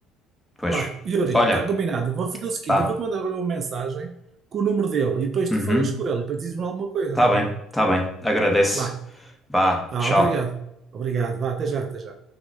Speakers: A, in the centre; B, on the right.
A: Pois,
B: Bah, Yuri,
A: olha,
B: está combinado. Vou fazer o seguinte:
A: tá.
B: eu vou-te mandar agora uma mensagem com o número dele e depois
A: Uhum,
B: tu falas com ele e depois dizes-me alguma coisa,
A: tá
B: está
A: bem,
B: bem?
A: tá bem. Agradeço.
B: Bah,
A: Vá,
B: tá,
A: tchau.
B: obrigado. Obrigado, vá, até já, até já.